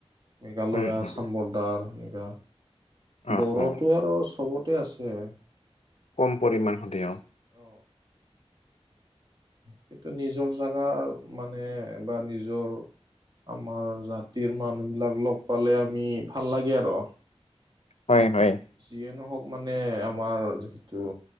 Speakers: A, on the right; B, on the left.
A: মেঘালয়া
B: উম উম
A: আছাম, বৰ্দাৰ এনেকা,
B: অ
A: বড়োত।
B: অ
A: তো, আৰু চবতে আছে।
B: কম পৰিমাণ, তেওঁ।
A: অ কিন্তু নিজৰ, জেগা মানে বা নিজৰ। আমাৰ জাতিৰ মানুহবিলাক লগ পালে, আমি ভাল লাগে আৰু।
B: হয়, হয়।
A: যিয়ে নহওঁক মানে, আমাৰ যিহেতু